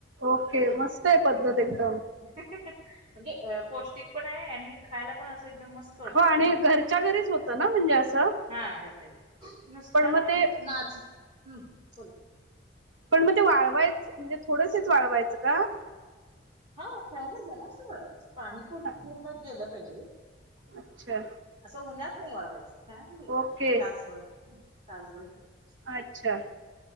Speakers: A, on the right; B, on the right.
A: ओके मस्त आहे पद्धत
B: हम्म
A: एकदम.
B: म्हणजे पौष्टिक पण आहे आणि खायला पण असं एकदम मस्त वाटतं
A: हो आणि
B: ते
A: घरच्या घरीच होतं ना म्हणजे असं
B: हा घरचं आहे नुस्ता
A: पण
B: मन
A: मग ते
B: नाच हम्म बोला.
A: पण मग ते वाळवायचं म्हणजे थोडसच वाळवायचं का?
B: हा फांड जरासा वळवायचा पाणी पूर
A: हां.
B: पूर्ण गेलं पाहिजे.
A: अच्छा
B: असं उन्हात नाही वाळावायचं फॅनली
A: ओके
B: तासभर तासभर ठेवायचे.
A: अच्छा!